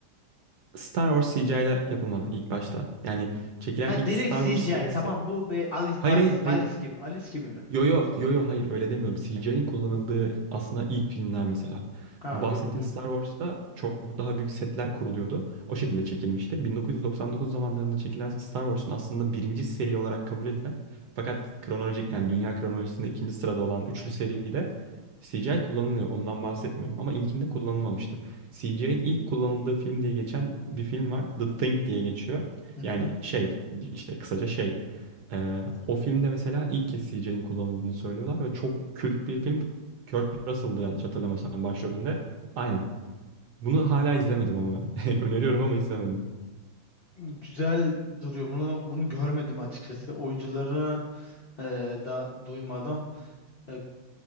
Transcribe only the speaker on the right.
Star Wars CGI ile yapılmadı ilk başta. Yani çekilen
ilk
Star
Wars serisi.
Hayır
hayır hayır.
Yo yo yo yo hayır öyle demiyorum. CGI'in kullanıldığı aslında ilk filmler mesela.
Bu bahsettiğin
Star Wars'ta çok daha büyük setler kuruluyordu. O şekilde çekilmişti. 1999 zamanlarında çekilen Star Wars'un aslında birinci seri olarak kabul edilen fakat kronolojik yani dünya kronolojisinde ikinci sırada olan üçlü seride CGI kullanılıyor. Ondan bahsetmiyorum ama ilkinde kullanılmamıştı. CGI'in ilk kullanıldığı film diye geçen bir film var. The Thing diye geçiyor.
Yani şey işte kısaca şey ee, o filmde mesela ilk kez CGI'nin kullanıldığını söylüyorlar ve çok kült bir film. Kurt Russell'dı yanlış hatırlamıyorsam başrolünde. Aynen. Bunu hala izlemedim ama ben. <laughs> Öneriyorum ama izlemedim.